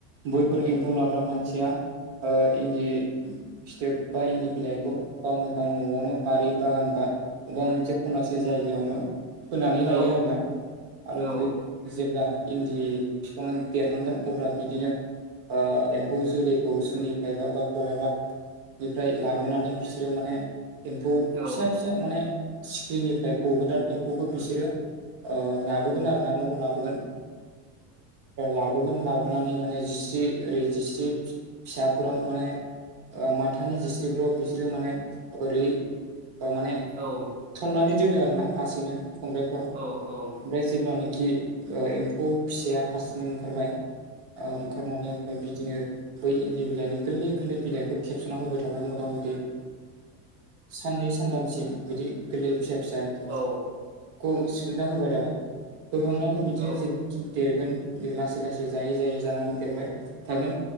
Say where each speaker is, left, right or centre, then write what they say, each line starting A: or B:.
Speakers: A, on the right; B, on the right.
A: बैफोर एम्फौ लाग्रा मानसिया इन्दि फिथोब बा इन्दि बिलाइखौ गावनो गाव न'आवनो बारि बागान बा अबेबा मोनसे खनासे जायगायावनो फोनानै लायो
B: औ
A: आरोना आरो
B: औ
A: बे जेब्ला इन्दि बिफाङा देरहांगोन अब्ला बिदिनो एम्फौ जोलैखौ सोरनिफ्रायबा बा बहाबा निफ्राय लाबोनानै बिसोरो माने एम्फौ
B: औ
A: फिसा फिसा माने सिक्रिनिफ्राय गगोदान एम फौखौ बिसोरो लाबोगोन आरो ना न'आव लाबोगोन लाबोगोन लाबोनानै माने जिस्रि ओरै जिस्रि फिसाफोराव माने माथानि जिस्रिफ्राव बिसोरो माने ओरै माने
B: औ
A: थननानै दोनो आरोना लासैनो संग्राइफ्राव
B: औ औ
A: ओमफ्राय जेब्लानाखि एम्फौ फिसाया हारसिङै ओंखारबाय ओंखारनानै ओमफ्राय बिदिनो बै इन्दि बिलाइनि गोरलै गोरलै बिलाइखौ खेबसना होबाय थाबाय मथा मथि साननै सानथामसिम बिदि गोरलै फिसा फिस
B: औ
A: खौ सिफ्लेना होबाय थाबाय फोखांनानै बिदिनो
B: औ
A: जेरैखि देरगोन लासै लासै जायै जायै जानानै देरबाय थागोन